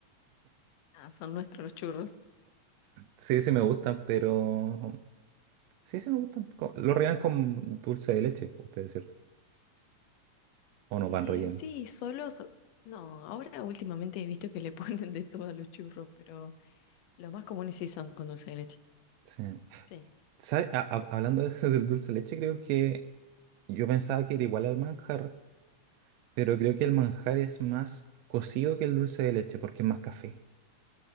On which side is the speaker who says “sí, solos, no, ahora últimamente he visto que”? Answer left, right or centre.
Left